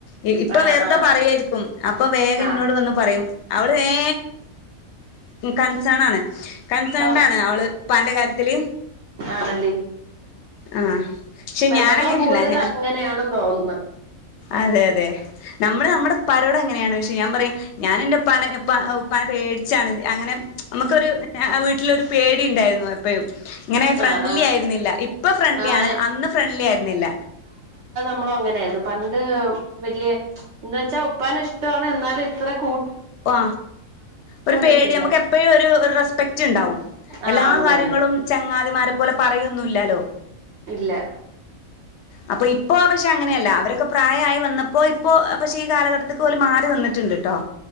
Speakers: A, on the left (about 65°); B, on the right (about 60°).
A: ഇ ഇപ്പ
B: ആ
A: വെറുതെ
B: ആ
A: പറയായിരിക്കും അപ്പൊ വേഗന്നോട്
B: ആ
A: വന്ന് പറയും അവള് വേ <unintelligible> കൺസേൺ ആണ് കൺസേണ്ട്
B: ഓ
A: ആണ് അവള് പ്പാന്റെ കാര്യത്തില്
B: ആണല്ലേ
A: ആ ക്ഷെ
B: പെമ്മക്കള്
A: ഞാൻ അങ്ങനെയല്ല
B: കൂടുതലും
A: ഞാ
B: അങ്ങനെയാണെന്ന് തോന്നുന്നു
A: അതെ അതെ ന- മ്മള് നമ്മടെ ഇപ്പാരോടങ്ങ നെയാണ് ക്ഷെ ഞാൻ പറിം ഞാൻ എന്റെ ഉപ്പാനെ ഉപ്പ ഉപ്പാനെ പേടിച്ചാണ് അങ്ങനെ മ്മ്ക്കൊരു ആ ആ വീട്ടിലൊരു പേടി ഇണ്ടായിരുന്നു എപ്പെഴും ഇങ്ങനെ ഫ്രണ്ട്ലി
B: ആഹ്
A: ആയിരുന്നില്ല ഇപ്പൊ ഫ്രണ്ട്ലി
B: ആഹ്
A: ആണ് അന്ന് ഫ്രണ്ട്ലി ആയിരുന്നില്ല
B: മ്മളും അങ്ങനെയായിരുന്നു പണ്ട് വല്യ എന്ന്ച്ചാ ഉപ്പനെ ഇഷ്ടാണ് എന്നാല് ത്ര കൂ
A: ആ ഒരു പേടി
B: നിക്കൂല
A: നമുക്ക് എപ്പഴും ഒരു ഒരു റെസ്പെക്റ്റ് ണ്ടാവും
B: ആഹ്
A: എല്ലാ
B: ഉണ്ട്
A: കാര്യങ്ങളും
B: ഉണ്ട്
A: ചങ്ങാതിമാരെ പോലെ പറയൊന്നുല്ലാല്ലോ
B: ഇല്ല
A: അപ്പൊ ഇപ്പൊ പ്പൊ പക്ഷെ അങ്ങനെയല്ല അവരൊക്കെ പ്രായയായി വന്നപ്പോ ഇപ്പോ പക്ഷെ ഈ കാലഘട്ടത്തിക്ക് ഓല് മാറി വന്നിട്ട്ണ്ട് ട്ടോ